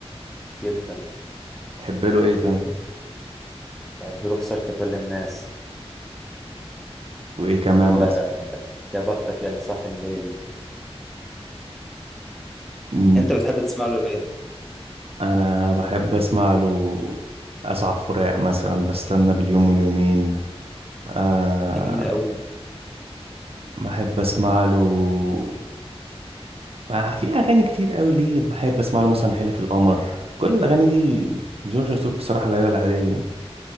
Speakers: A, in the centre; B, on the right (about 65°).
A: جدا
B: تحب له ايه طيب
A: بيقولوا خسرت كل الناس
B: وايه كمان
A: ويا
B: مثلا
A: بختك يا اللي صاحي الليل
B: مم،
A: انت بتحب تسمع له ايه
B: انا بحب اسمع له اسعى فراق مثلا بستنى باليوم واليومين أه
A: جميلة قوي
B: بحب اسمع له آه، في اغاني كتير قوي ليه بحب اسمع له مثلا حلف القمر كل الاغاني دي جورج وسوف بصراحه لا يعلى عليه